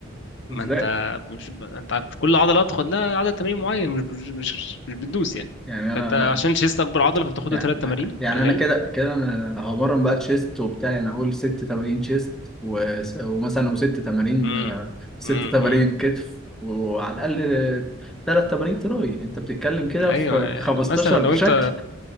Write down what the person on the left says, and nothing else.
ما
انت مش ما انت مش كل عضله تاخد لها عدد تمارين معين مش مش مش, مش بتدوس يعني
فانت عشان
الشيست اكبر عضله فبتاخد
له ثلاث تمارين
في الغالب
امم
امم
ايوه
يعني
مثلا لو
انت